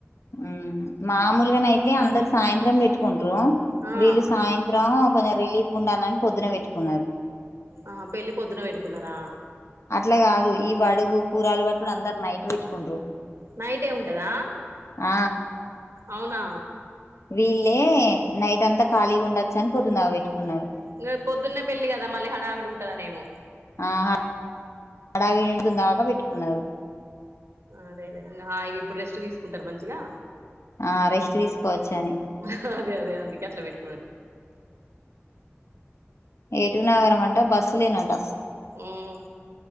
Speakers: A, on the left; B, on the right.
A: ఉమ్ మామూల్గానే అయితే అందరు సాయంత్రం పెట్టుకుంట్రారు
B: ఆ
A: వీళ్ళు సాయంత్రం కొంచెం రిలీఫ్ ఉండాలన్ని పోద్నే పెట్టుకున్నారు
B: ఆ పెళ్ళి పొద్దున వెట్టుకున్నరా?
A: అట్లా కాదు, ఈ వడుగు కూరలు పట్టి అందరు నైట్ పెట్టుకుండ్రు.
B: నైటే ఉంటదా?
A: ఆ
B: అవునా
A: వీళ్ళే నైట్ అంతా ఖాళీగా ఉండొచ్చని పొద్దున పెట్టుకున్నారు.
B: ఇంగ పొద్దున్నే పెళ్లి కదా మళ్ళీ హడావిడి ఉంతాదనేమో
A: ఆ హడా వి నిండుకు దాకా పెట్టుకున్నారు.
B: అదే లే ఇగ హ ఇప్పుడు రెస్ట్ తీసుకుంటారు మంచిగా
A: ఆ రెస్ట్ తీసుకోవచ్చు అని
B: హ్ అదే అదే అందికే అట్లా పెట్
A: ఏటునగరం అంట బస్సు లేనట
B: మ్